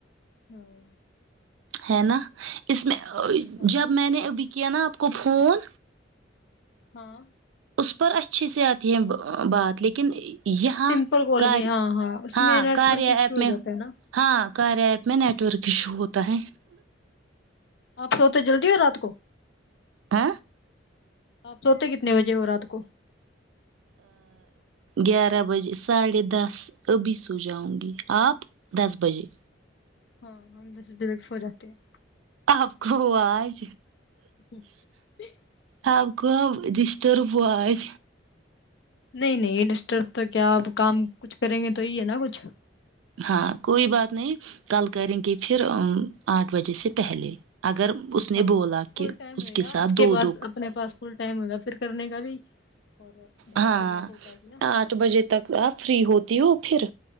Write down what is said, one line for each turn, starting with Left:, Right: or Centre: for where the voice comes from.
Left: ہاں
Right: ہے نا اس میں
Left: ہاں
Right: جب میں نے ابھی کیا نا آپ کو فون
Left: ہاں
Right: اس پر اچھی سے آتی ہیں بات لیکن یہاں
Left: سمپل کال
Right: کار
Left: میں ہاں اس
Right: ہاں
Left: میں نیٹ
Right: کاریا
Left: ورک ایشو
Right: ایپ
Left: ہو
Right: میں
Left: جاتا ہے نا
Right: ہاں کاریا ایپ میں نیٹورک کشو ہوتا ہے
Left: آپ سوتے جلدی ہو رات کو
Right: ہ
Left: آپ سوتے کتنے بجے ہو رات کو
Right: گیارہ بجے ساڑھے دس ابھی سو جاؤں گی آپ دس بجے
Left: ہاں ہم جسر جیک ہو جاتے ہیں
Right: آپ کوو آج
Left: <inaudible>
Right: سب کو دستت ر پواز
Left: نہیں نہیں ڈسٹرب تو کیا اب کام کچھ کریں گے تو ہی ہے نا کچھ
Right: ہاں کوئی بات نہیں کل کریں گے پھر آٹھ بجے سے پہلے اگر اس نے
Left: ہاں
Right: بولا کہ
Left: فل ٹائم
Right: اس
Left: ہوئے
Right: کے
Left: گا
Right: ساتھ دو
Left: پاس
Right: دک
Left: اپنے پاس فل ٹائم ہوگا پھر کرنے کا بھی اور ڈھنگ
Right: ہاں
Left: سے بات ہو پائے گی نا
Right: آٹھ بجے تک آپ فری ہوتی ہو پھر